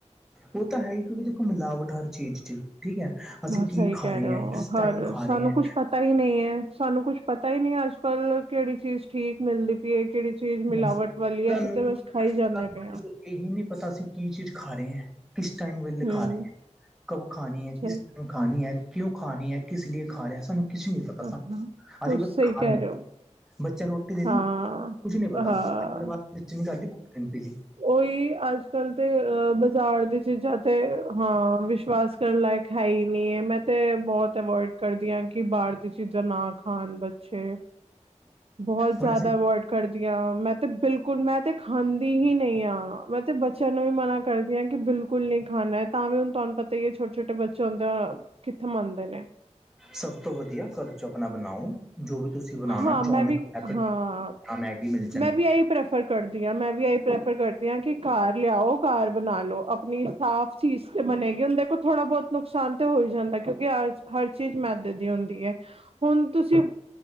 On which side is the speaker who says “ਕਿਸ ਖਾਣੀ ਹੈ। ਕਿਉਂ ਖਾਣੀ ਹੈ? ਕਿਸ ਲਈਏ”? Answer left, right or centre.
Centre